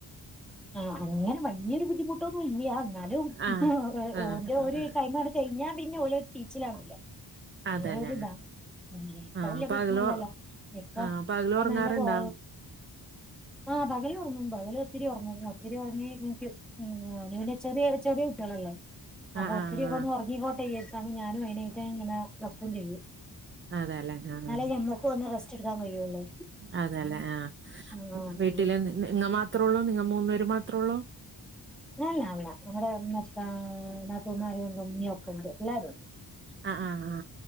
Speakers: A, in the centre; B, on the right (about 30°).
A: ആഹ് അങ്ങനെ വല്യോരു ബുദ്ധിമുട്ടൊന്നും ഇല്ല. എന്നാലുംഓന്റെ
B: ആഹ് ആഹ്
A: ഒരു
B: ആഹ്
A: ടൈം അണ് കഴിഞ്ഞാ പിന്നെ ഓലൊരു ചീച്ചിലാണല്ലോ
B: അതെല്ലേ
A: വേറൊരിത ഉ ഇപ്പ
B: ആഹ്
A: വല്യ പ്രശ്നല്ലല്ലോ
B: പകല്
A: ഇപ്പ
B: ആഹ് പകല്
A: ഇപ്പ
B: ഒറങ്ങാറുണ്ടോ
A: നല്ല പോ- ആഹ് പകല ഉറങ്ങന്ന പകല ഒത്തിരി ഉറങ്ങു ഉ ഒത്തിരി ഉറങ്ങി ഉ നീറ്റു ചെറിയ ചെറിയ കുട്ടികളല്ലോ അപ്പൊ
B: ആഹ്
A: ഒത്തിരി
B: ആഹ്
A: ഒക്കെ ഒന്ന് ഉറങ്ങിക്കോട്ടെരിച്ചാ ഞാനും അയ്നെറ്റ് ഇങ്ങനെ ഒരക്കും ചെയ്യും
B: അതെല്ലേ ആഹ്
A: എന്നാലേ ഞമ്മക്കും <unintelligible>
B: അതെല്ലെ ആഹ
A: ആഹ്
B: വീട്ടില് നിങ്ങ മാത്രേ ഉള്ളൂ നിങ്ങ മൂന്ന- മാത്രേ ഉള്ളൂ?
A: അല്ല അല്ല അവിടെ ഇമ്മ ഇപ്പാ നാത്തൂൻമാര് രണ്ടും ഇമ്മിം ഒക്കണ്ടെ എല്ലാരുംണ്ട്
B: ആ ആ ആ